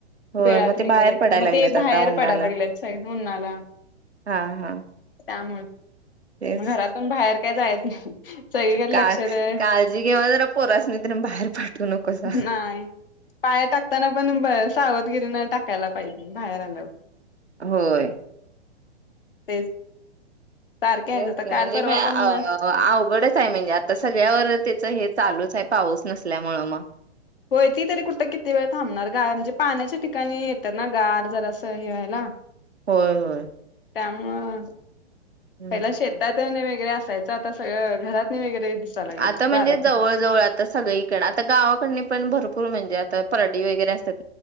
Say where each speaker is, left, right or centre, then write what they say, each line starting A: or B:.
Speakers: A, on the right; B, on the left.
A: होय
B: बिळात
A: मग
B: वगैरे
A: ते बाहेर पडायला
B: मग
A: लागलेत
B: ते बाहेर
A: आता उन्हाला
B: पडायला लागल्यात सग उन्हाला
A: हा हा
B: त्यामुळे
A: तेच
B: घरातून बाहेर काय जायचं ह सगळीकडे
A: का
B: लक्षात आहे
A: काळजी घेवा जरा पोरासनी तर बाहेर पाठवू नकोसा
B: नाही पाय टाकताना पण सावधगिरी न टाकायला पाहिजे बाहेर आल्यावर
A: होय
B: तेच सारखे आहेत
A: ते
B: आता काल
A: म्हणजे
B: परवा
A: अआ
B: पण
A: अवघडचय म्हणजे आता सगळ्यावर त्याच हेचय चालूचय पाऊस नसल्यामुळं मग
B: होय ती तरी कुठं किती वेळ थांबणार गार म्हणजे पाण्याच्या ठिकाणी येत ना गार जरा अस हे वा्हायला
A: होय होय
B: त्यामुळ
A: हम्म
B: पहिला शेतात तेन वगरे अस असयचं आता सगळ घरातनी वगैरे दिसाय लागलेत
A: आता म्हणजे
B: दारात
A: जवळ जवळ आता सगळीकडे आता गावाकडनी पण भरपूर म्हणजे आता परडी वगैरे असत्यात